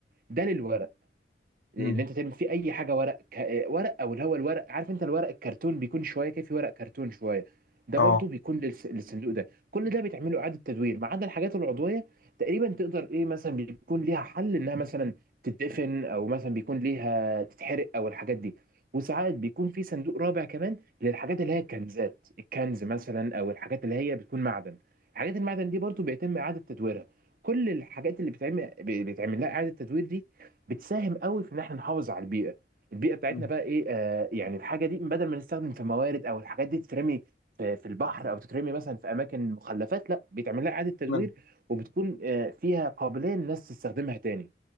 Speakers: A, on the right (about 50°); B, on the left (about 85°).
A: ده للورق
B: مم.
A: ان انت تعمل فيه اي حاجه ورق ك... ورق او اللي هو الورق عارف انت الورق الكرتون بيكون شويه كده في ورق كرتون شويه ده
B: اه
A: برضو بيكون للس... للصندوق ده كل ده بيتعمل له اعاده تدوير ما عدا الحاجات العضويه تقريبا تقدر ايه مثلا بيكون ليها حل انها مثلا تتدفن او مثلا بيكون ليها تتحرق او الحاجات دي وساعات بيكون في صندوق رابع كمان للحاجات اللي هي الكنزات الكنز مثلا او الحاجات اللي هي بتكون معدن حاجات المعدن دي برضو بيتم اعاده تدويرها كل الحاجات اللي بتعمل بيتعمل لها اعاده تدوير دي بتساهم قوي في ان احنا نحافظ على البيئه البيئه بتاعتنا
B: مم.
A: بقى ايه آه يعني الحاجه دي بدل ما نستخدم في موارد او الحاجات دي تترمي في, في البحر او تترمي مثلا في اماكن مخلفات لا بيتعمل لها اعاده تدوير
B: من-
A: وبتكون آه فيها قابليه للناس تستخدمها تاني